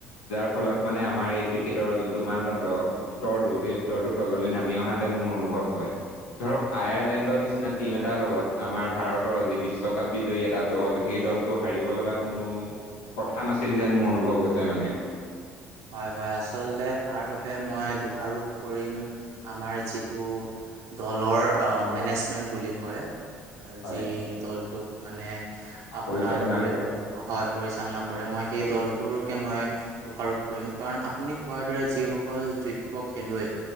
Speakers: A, on the left; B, on the right.
A: যাৰ ফলত মানে আমাৰ এইক ক্ৰিকেটৰ যোনটো মানদণ্ড, স্তৰটো সেই স্তৰটোৰ তললৈ নামি অহা যেন মোৰ অনুভৱ হয়। ধৰক আয়াৰলেণ্ডৰ নিচিনা টিম এটাৰ লগত আমাৰ ভাৰতৰ যি বিশ্বকাপ বিজয়ী এটা দল। সেই দলটো হাৰিব ল'গা কোনো কথা নাছিল যেন মোৰ অনুভৱ হৈছে মানে।
B: হয় হয় আচলতে তাৰ বাবে মই দোষাৰোপ কৰিম আমাৰ যিটো, দলৰ অ' মেনেজমেন্ট বুলি কয়
A: হয়
B: যি দলটোক মানে আপোনাৰ
A: পৰিচালনা
B: ধৰি
A: কৰে
B: লওঁক হয় পৰিচালনা কৰে মই সেই দলটোৰকে মই দোষাৰোপ কৰিম কাৰণ আপুনি কোৱাৰ দৰে যিসকল যোগ্য খেলুৱৈ